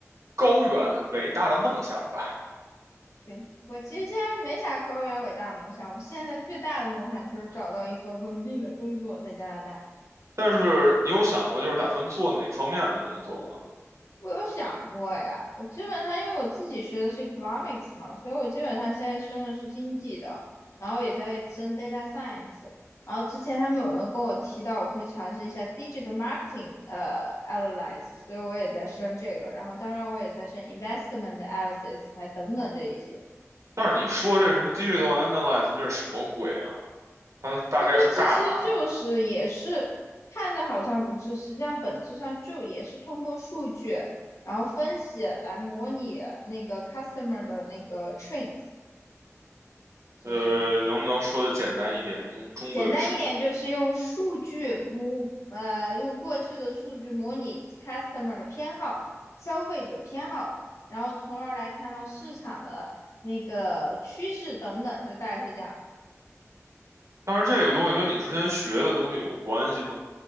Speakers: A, on the right; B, on the left.
A: 高远伟大的梦想吧。
B: 对，我其实现在没啥高远伟大的梦想，我现在最大的梦想就是找到一份稳定的工作在加拿大。
A: 但是你有想过，就是打算做哪方面的工作吗？
B: 我有想过呀，我基本上因为我自己学的是 economics 嘛，所以我基本上现在升的是经济的，然后也在升 data science。然后之前他们有人跟我提到，我可以尝试一下 digital marketing 呃 analysis，所以我也在升这个。然后当然我也在升 investment analysis，还等等这一些。
A: 但是你说这什么 digital analysis，那是什么鬼啊？它大概是干嘛的？
B: 他说其实就是也是看着好像不是，实际上本质上就也是通过数据，然后分析来模拟那个 customer 的那个 trends，就是
A: 呃，能不能说的简单一点，用中文说的？
B: 简单一点就是用数据模呃用过去的数据模拟 customer 的偏好、消费者偏好，然后从而来看到市场的那个趋势等等，就大概是这样。
A: 但是这个东西跟你之前学的东西有关系吗？